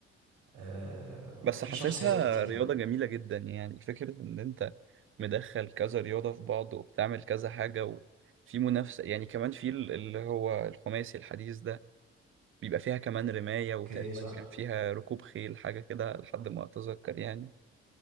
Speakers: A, on the right; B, on the right.
A: آه،
B: بس
A: وفي
B: حاسسها
A: شخصيات كتير
B: رياضة جميلة جدا يعني فكرة ان انت مدخل كذا رياضة في بعض وبتعمل كذا حاجة وفي منافسة يعني كمان في ال- اللي هو الخماسي الحديث ده بيبقى فيها كمان رماية
A: اوكي
B: وتقريبا
A: صح
B: كان فيها ركوب خيل حاجة كده لحد ما أتذكر يعني